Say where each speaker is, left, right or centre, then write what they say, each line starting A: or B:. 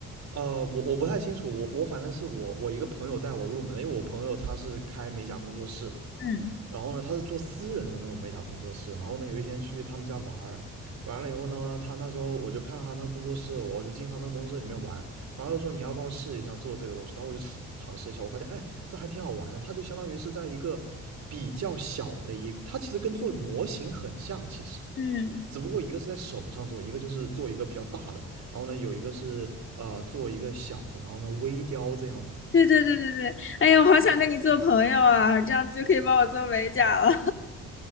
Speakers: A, on the right (about 60°); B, on the left (about 40°).
A: 呃我我不太清楚，我我反正是我我一个朋友带我入门的，因为我朋友他是开美甲工作室的，
B: 嗯
A: 然后呢他是做私人的那种美甲工作室，然后呢有一天去他们家玩儿，完了以后呢，他那时候我就看他那工作室，我就进他那工作室里面玩，然后又说你要不要试一下做这个东西，然后我就尝试一下，我发现哎这还挺好玩的，它就相当于是在一个比较小的一，它其实跟做模型很像，其实。
B: 嗯，
A: 只不过一个是在手上做，一个就是做一个比较大的，然后呢，有一个是呃做一个小的，然后呢微雕这样子。
B: 对对对对对，哎呀，我好想跟你做朋友啊，这样子就可以帮我做美甲了。<laughs>